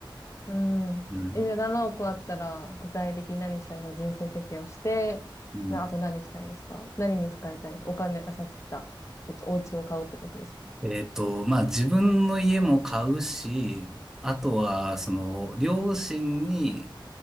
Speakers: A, on the left (about 35°); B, in the centre.
A: うん。
B: うん。
A: え、じゃあ7億あったら、具体的に何したい、その人生設計をして、
B: うん。
A: な、あと何したいですか何に使いたいですかお金、あ、さっき言った、えっと、お家を買うってことですか
B: えっと、まあ、自分の家も買うし、あとは、その、両親に、